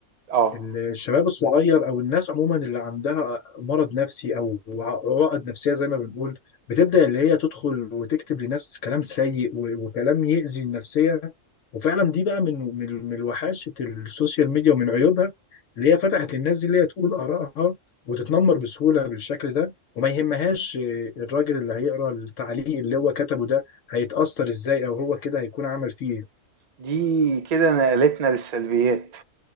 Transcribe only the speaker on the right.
اه
دي كده نقلتنا للسلبيات